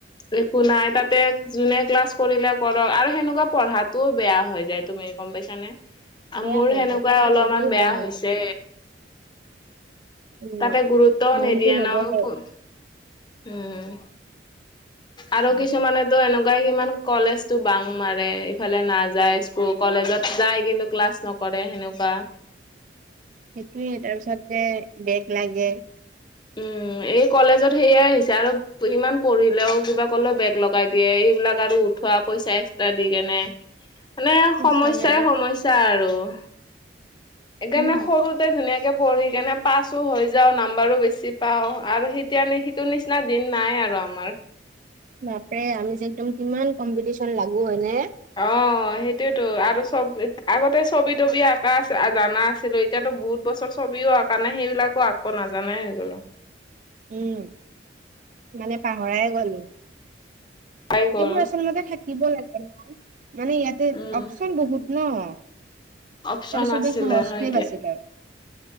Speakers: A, on the left (about 25°); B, on the right (about 45°).
A: একো নাই তাতে যোনে ক্লাছ কৰিলে কৰক আৰু সেনেকুৱা পঢ়াতটোও বেয়া হৈ যায়। তুমি গম পাইছা নে
B: বেয়া
A: মোৰ
B: হৈ
A: সেনেকুৱাই
B: যায় সঁচাকে
A: অলপমান
B: বহুত
A: বেয়া
B: হৈ
A: হৈছে।
B: যায় উম
A: তাতে গুৰুত্বও
B: মনটো
A: নিদিয়ে
B: নবহে
A: ন কো উম, আৰু
B: উম
A: কিছুমানে তো এনেকুৱাই কিমান কলেজটো বাং মাৰে ইফালে নাযায় স্কু কলেজত যায় কিন্তু ক্লাছ নকৰে সেনেকুৱা -
B: সেইটোয়ে তাৰপিছত যে বেগ লাগে -
A: উ, এই কলেজত সেয়াই আহিছে আৰু - ইমান পঢ়িলেও কিবা কলেও বেগ লগাই দিয়ে এইবিলাক আৰু উঠোৱা পইচা এক - দি কিনে, মানে
B: সঁচাকে
A: সমস্যায়ে
B: দে
A: সমস্যা আৰু - সেইকাৰণে
B: উম
A: সৰুতে ধুনীয়াকে পঢ়ি কেনে পাছো হৈ যাও নাম্বাৰো বেছি। বুজি পাওঁ। আৰু সেতিয়া নিচিনা, সেইটো নিচিনা দিন নাই আৰু আমাৰ।
B: বাপৰে আমি যে একদম কিমান কম্পিটিচন লাগো হয় নে।
A: অহ', - সেইটোয়েটো। আৰু চবি আগতে চবি-তবি আঁকা জনা আছিলো। এতিয়াতো বহুত বছৰ ছবিও আকা নাই সেইবিলাকো আকিব নাজানাই হৈ গ'লো।
B: উম মানে পাহৰাই গ'লো।
A: পাই গ'ল
B: সেইবোৰ আচলতে থাকিব লাগে ন, মানে ইয়াতে
A: উম
B: অপচন বহুত ন।
A: অপচন
B: আৰু চবেই
A: আছিলে
B: সহজটোৱে
A: হয়
B: আছিল আৰু।